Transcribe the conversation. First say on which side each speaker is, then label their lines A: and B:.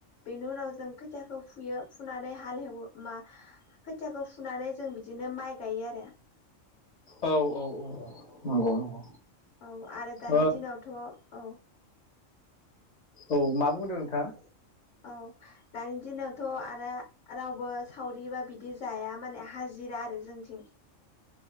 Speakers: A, on the left; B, on the left.
A: बेनि उनाव जों खोथियाखौ फुयो फुनानै हाल हेवो मा खोथियाखौ फुनानै जों बिदिनो माइ गायो आरो।
B: औ औ औ औ नंगौ नंगौ।
A: औ आरो दानि
B: ओ
A: दिनावथ' औ।
B: औ मा बुंदों नोंथाङा?
A: औ दानि दिनावथ' आरो रावबो सावरिबा बिदि जाया माने हाजिरा आरो जोंथिं